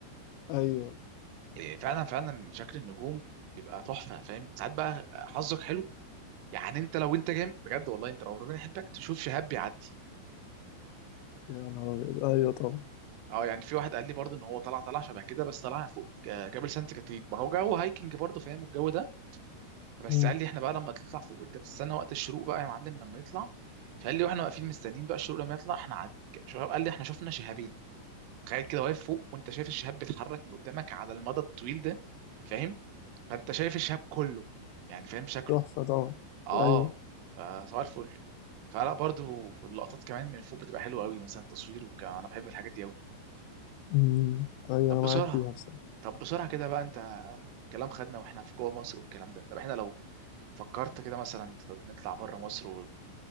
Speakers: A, on the left; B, on the right.
A: ايوه
B: يعني فعلا فعلا شكل النجوم بيبقى تحفه فاهم ساعات بقى حظك حلو يعني انت لو انت جامد بجد والله انت لو ربنا يحبك تشوف شهاب بيعدي
A: يا نهار ابيض ايوه طبعا
B: اه يعني في واحد قال لي برضه ان هو طلع طلع شبه كده بس طلع فوق آه، جبل سانت كاترين ما هو جو هايكنج برضه فاهم الجو ده بس
A: مم.
B: قال لي احنا بقى لما تطلع فوق انت بتستنى وقت الشروق بقى يا معلم لما يطلع فقال لي واحنا واقفين مستنيين بقى الشروق لما يطلع احنا عد... شباب قال لي احنا شفنا شهابين تخيل كده واقف فوق وانت شايف الشهاب بيتحرك من قدامك على المدى الطويل ده فاهم فانت شايف الشهاب كله يعني فاهم شكله
A: تحفه طبعا
B: اه
A: ايوه
B: فصباح الفل فلا برضو اللقطات كمان من فوق بتبقى حلوه قوي مثلا تصوير وكلام. انا بحب الحاجات دي قوي
A: مم. ايوه
B: طب
A: انا
B: بسرعة
A: معاك فيها بصراحه
B: طب بسرعة كده بقى انت كلام خدنا واحنا في جوه مصر والكلام ده طب احنا لو فكرت كده مثلا نطلع بره مصر و...